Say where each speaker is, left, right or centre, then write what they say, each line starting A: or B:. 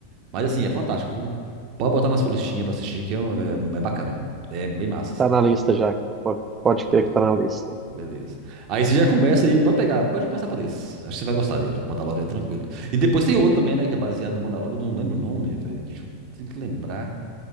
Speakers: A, on the right; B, on the right.
A: Mas assim, é fantástico, viu? Pode botar na sua listinha pra assistir, que é, um- é, é bacana. É bem massa, assim.
B: Tá na lista já, cara. Pode, pode
A: Ah,
B: crer que tá na lista.
A: Beleza. Aí você já começa aí, pode pegar, pode começar por esse. Acho que você vai gostar dele. O Mandalorian é tranquilo. E depois tem outro também, né? Que é baseado no Mandalorian, eu não lembro o nome, velho. Deixa eu tenho que lembrar